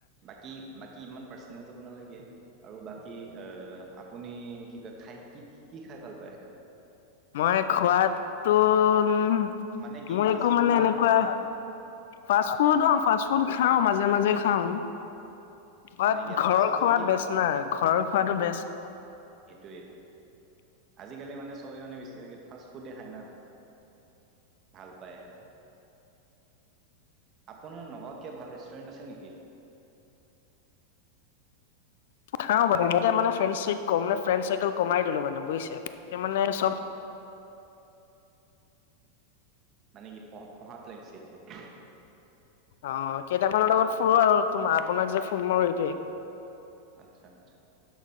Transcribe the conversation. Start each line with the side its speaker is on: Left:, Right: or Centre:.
Right: বাকী-বাকী ইমান পাৰ্চনেল যাব নালাগে আৰু বা <inaudible> কি <unintelligible> আপুনি কি কয় খাই কি কি খাই ভাল পায়? <inaudible>
Left: মই খোৱটো উম <unintelligible>
Right: মানে কি
Left: মই
Right: ফাষ্ট
Left: একো
Right: ফুড
Left: মানে এনেকুৱা
Right: ভাল পায়নে
Left: ফাষ্ট ফুড অ ফাষ্ট ফুড <unintelligible> ফাৰ্ষ্ট ফুড খাওঁ, মাজে-মাজে খাওঁ। <inaudible> বাট
Right: মানে কি
Left: ঘৰৰ
Right: ফাষ্ট ফুডত
Left: খোৱা
Right: কি
Left: বেচ না। ঘৰৰ খোৱাতটো বেচ। <inaudible>
Right: সেইটোৱেই। আজিকালি মানে <unintelligible> চবে মানে বেছি ভাগে ফাষ্ট ফুডে খাই ন, ভাল পায়। <inaudible> আপোনাৰ নগৰত কিবা ভাল ৰেষ্টুৰেণ্ট আছে নেকি? <unintelligible>
Left: খাওঁ মানে এতিয়া মানে ফ্ৰেণ্ড চিপ কম মানছ ফ্ৰেণ্ড চাইেল কমাই দিলো মানে বুজিছে। এতিয়া মানে চব <inaudible>
Right: মানে কি পঢ় পঢ়াত লাগিছে এতিয়া? <inaudible>
Left: অঁ! কেইটামানৰ লগত ফুৰো আৰু তোম আপোনাক যে ফোন মাৰো এইটোৱেই। <inaudible>
Right: আচ্ছা! <unintelligible>